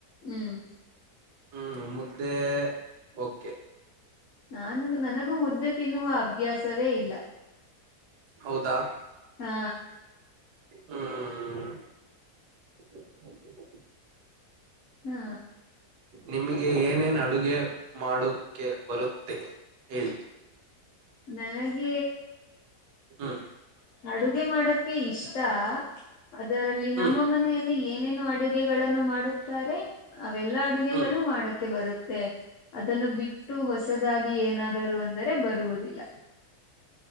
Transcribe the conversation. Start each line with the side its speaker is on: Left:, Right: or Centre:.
Left: ಹ್ಮ್...
Right: ಹ್ಮ್ ಮುದ್ದೆ ಓಕೆ.
Left: ನಾನ ನನಗೂ ಮುದ್ದೆ ತಿನ್ನುವ ಅಭ್ಯಾಸವೇ ಇಲ್ಲ.
Right: ಹೌದಾ?
Left: ಹಾ...
Right: ಹಾ...
Left: ಹಾ...
Right: ನಿಮಗೆ ಏನೇನ್ ಅಡುಗೆ ಮಾಡೋಕೆ ಬರುತ್ತೆ ಹೇಳಿ...
Left: ನನಗೆ...
Right: ಹ್ಮ್
Left: ಅಡುಗೆ ಮಾಡೋಕ ಇಷ್ಟ ಅದರಲ್ಲಿ
Right: ಹ್ಮ್
Left: ನಮ್ಮ ಮನೆಯಲ್ಲಿ ಏನೇನು ಅಡು. ಅಗಳನ್ನು ಮಾಡುತ್ತಾರೆ ಅವೆಲ್ಲಾ ಅಡುಗೆಗಳು
Right: ಹ್ಮ್
Left: ಮಾಡಕ ಬರುತ್ತೆ ಅದನ್ನು ಬಿಟ್ಟ... ಅಷ್ಟು ಹೊಸದಾಗಿ ಏನಾದರೂ ಅಂದರೆ ಬರುವುದಿಲ್ಲ.